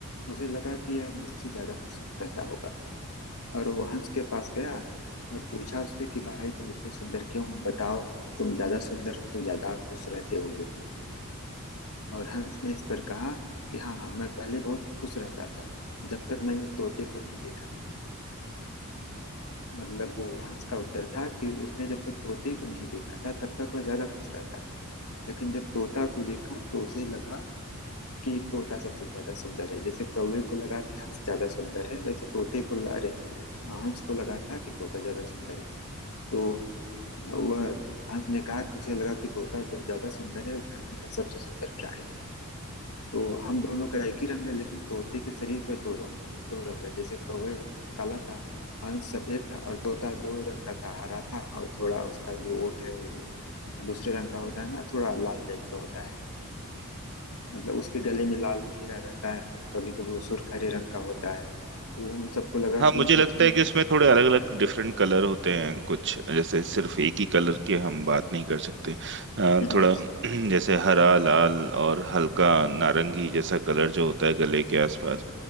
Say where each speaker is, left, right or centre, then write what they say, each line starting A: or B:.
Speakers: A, on the left; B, on the right.
A: उसे लगा कि यह मुझसे ज्यादा खुश रहता होगा और वो हंस के पास गया और पूछा उससे कि भाई तुम इतने सुंदर क्यों हो बताओ तुम ज्यादा सुंदर हो तो ज्यादा खुश रहते होगे और हंस ने इस पर कहा कि हाँ हाँ, मैं पहले बहुत खुश रहता था जब तक मैंने तोते को नहीं देखा मतलब वो हंस का उत्तर था कि उसने जब तक तोते को नहीं देखा था तब तक वह ज्यादा खुश रहता था लेकिन जब तोता को देखा तो उसे लगा कि तोता सबसे ज्यादा सुंदर है जैसे कौवे को लगा कि हंस ज्यादा सुंदर है वैसे तोते को अरे हंस को लगा था कि तोता ज्यादा सुंदर है तो वह हंस ने कहा कि उसे लगा कि तोता ज्यादा सुंदर है और धरती का सबसे सुंदर प्राणी है तो हम दोनों का एक ही रंग है लेकिन तोते के शरीर पर दो रंग दो रंग है जैसे कौवे काला था हंस सफेद था और तोता दो रंग का था हरा था और थोड़ा उसका जो ओठ है वो दूसरे रंग का होता है ना थोड़ा लाल टाइप का होता है
B: जी
A: मतलब उसके गले में लाल घेरा रहता है कभी कभी वो सुर्ख हरे रंग का होता है तो उन सबको लगा
B: हाँ
A: कि
B: मुझे लगता
A: सच में
B: है कि उसमें थोड़े अलग अलग डिफरेंट कलर होते हैं कुछ जैसे सिर्फ एक ही कलर की हम बात नहीं कर सकते अ,
A: हम्म,
B: थोड़ा <clears throat> जैसे हरा लाल और हल्का नारंगी जैसा कलर जो होता है गले के आसपास